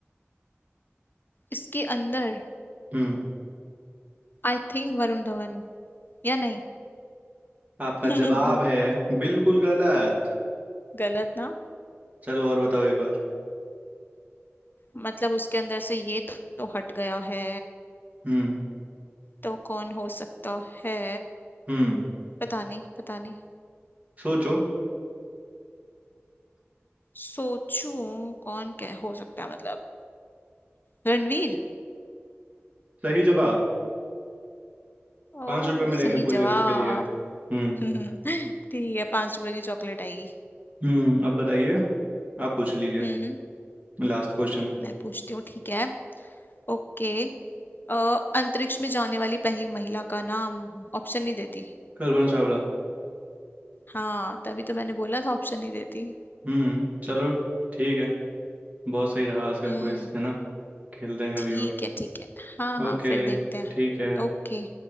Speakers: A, on the left; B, on the right.
A: इसके अंदर
B: हम्म
A: आई थिंक वरुण धवन या नहीं
B: आपका
A: <laughs> हम्म
B: जवाब है बिल्कुल गलत
A: गलत ना
B: चलो और बताओ एक बार
A: मतलब उसके अंदर से ये तो, तो हट गया है
B: हम्म
A: तो कौन हो सकता है
B: हम्म
A: पता नहीं पता नहीं
B: सोचो
A: सोचूं कौन क्या हो सकता है मतलब रणवीर
B: सही जवाब पांच
A: ओ
B: रुपए मिलेंगे
A: सही
B: पूरे
A: जवाब
B: उसके लिए हम्म
A: <laughs> ठीक है पांच रुपए की चॉकलेट आएगी
B: हम्म अब बताइए आप पूछ लीजिए
A: हम्म
B: लास्ट क्वेश्चन
A: मैं पूछती हूँ ठीक है ओके अ, अंतरिक्ष में जाने वाली पहली महिला का नाम ऑप्शन नहीं देती
B: कल्पना चावला
A: हाँ तभी तो मैंने बोला था ऑप्शन नहीं देती
B: हम्म चलो ठीक है बहुत सही रहा आज का
A: हम्म
B: क्विज है ना खेलते हैं कभी
A: ठीक
B: और
A: है ठीक है हाँ
B: ओके
A: हाँ फिर देखते हैं
B: ठीक है
A: ओके